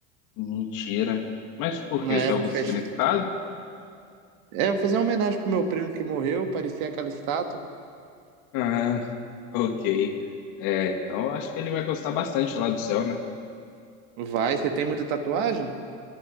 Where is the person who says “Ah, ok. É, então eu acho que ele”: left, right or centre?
Left